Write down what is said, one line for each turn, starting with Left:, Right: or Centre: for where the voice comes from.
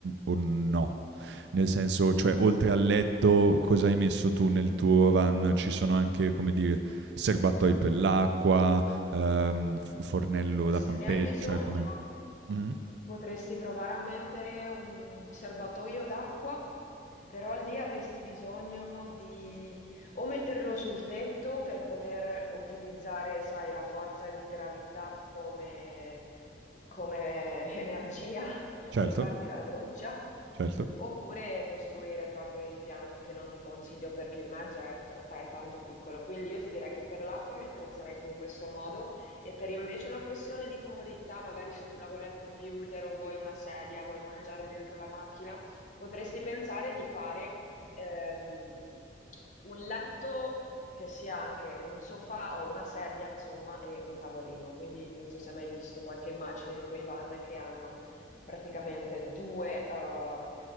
Right: o no? Nel senso, cioè, oltre al letto, cosa hai messo tu nel tuo run? Ci sono anche, come dire, serbatoi per l'acqua, ehm, f- fornello
Left: se
Right: da campeggio,
Left: ne hai bisogno.
Right: cioè come... Mhm.
Left: Potresti provare a mettere un serbatoio d'acqua, però lì avresti bisogno di o metterlo sul tetto per poter utilizzare, sai, la forza di gravità come, come <laughs> energia
Right: Certo,
Left: per farti la doccia,
Right: certo.
Left: oppure costruire proprio un impianto che non ti consiglio perché il mezzo è, tra- è tanto piccolo. Quindi io ti direi che per l'acqua mi attrezzerei in questo modo e per invece una questione di comodità, magari se tu lavori al computer o vuoi una sedia, vuoi mangiare dentro la macchina, potresti pensare di fare ehm, un letto che sia anche un sofà o una sedia, insomma, e un tavolino. Quindi non so se hai mai visto qualche immagine di quei van che hanno praticamente due eh,